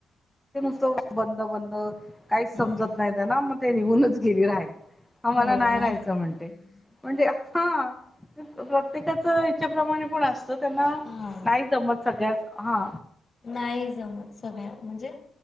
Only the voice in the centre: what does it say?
ते नुस्तं बंद बंद काहींचं समजतं
नाहीं त्या ना मंग ते निघूनच गेलीं रागायला. आम्हांला
नाहीं
राहायचं म्हणते म्हणते हा. प्रत्येकाचं इच्छच्याप्रमाणे पणं असतं त्यांनां
नाहीं जमतं सगळ्यांचं हा